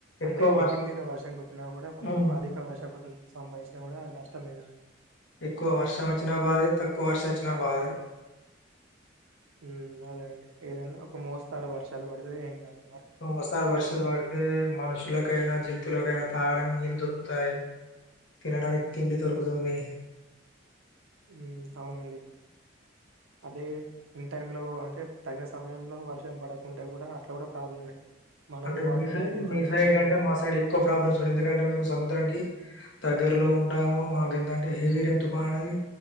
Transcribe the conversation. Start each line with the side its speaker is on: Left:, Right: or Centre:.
Right: అంటే
Left: ఎక్కువ
Right: మితిమీర
Left: వర్ష్
Right: వర్షం కుట్టినా కూడా మనకు
Left: హ్మ్.
Right: అధిక వర్ష పతుంది సంభాసినా కూడా అది నష్టమే గదండి
Left: ఎక్కువ వర్షం వచ్చినా బాధే తక్కువ వర్షం వచ్చినా బాధే
Right: ఊ అదే అండి ఏదనా ఒక మోస్తారు వర్షాలు పడితే ఏం కాదు
Left: ఒకొసారి వర్షాలు పడితే మనుషులకైనా జంతువులకైనా తాగడానికి నీర్ దొర్కుతయి తినడానికి తిండి దొర్కుతుంది
Right: ఊ అవునండి అదే ఇన్ టైం లో అంటే తగిన సమయంలో వర్షం పడకుంటే కూడా అట్ల కూడా ప్రాబ్లమే మనకు
Left: అంటే
Right: వాటర్
Left: మీ సైడ్
Right: ఉన్నాయి జంతువులకు
Left: మీ సైడ్
Right: వాటర్
Left: కంటే
Right: ఉండవు
Left: మా సైడ్ ఎక్కువ ప్రాబ్లమ్స్ ఉండయ్ ఎందుకంటే మేము సముద్రానికి దగ్గరలో ఉంటాము మాకు ఎందంటే హెవీ రైన్ తుపానుది